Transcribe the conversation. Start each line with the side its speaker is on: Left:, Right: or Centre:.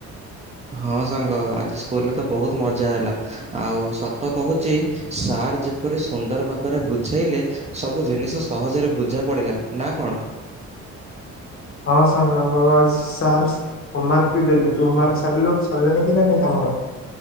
Right: ହଁ ସାଙ୍ଗ ଆଜି ସ୍କୁଲରେ ତ ବହୁତ ମଜା ହେଲା ଆଉ ସତ କହୁଛି ସା ଆର୍ ଯେପରି ସୁନ୍ଦର ଭାବରେ ବୁଝେଇଲେ ସବୁ ଜିନିଷ ସହଜରେ ବୁଝା ପଡ଼ିଲା ନା କଣ?
Left: ହଁ ସଙ୍ଗ ଆଜି ସାର ହୋମ ମାର୍କ ବି ଦେଲେ ତୁ ହୋମ ମାର୍କ ସାରିଲୁ ସରିଲାଣି କି ନାହିଁ ତମର?